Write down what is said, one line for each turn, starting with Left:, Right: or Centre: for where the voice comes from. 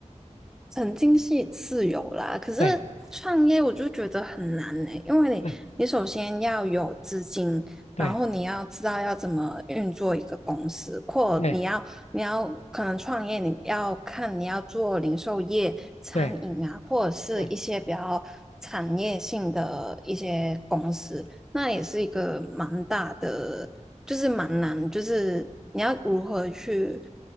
Centre: 曾经是自由啦，可是
Left: 对
Centre: 创业我就觉得很难呢、因为你你首先要有资金，
Left: 对对
Centre: 然后你要知道要怎么运作一个公司，或你要你要可能创业，
Left: 对
Centre: 你要看你要做零售业、餐饮啊，
Left: 对
Centre: 或者是一些比较产业性的一些公司，
Left: 对
Centre: 那也是一个蛮大的，就是蛮难，就是你要如何去